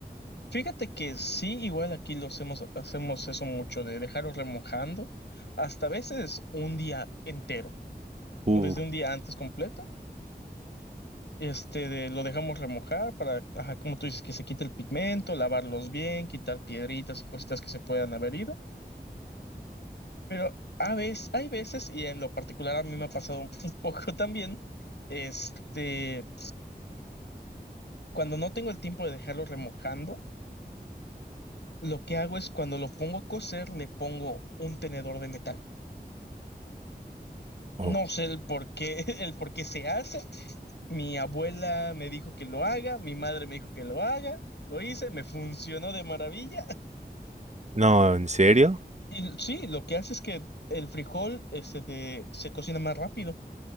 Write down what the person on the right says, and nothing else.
Uh,
ok.
No, ¿en serio?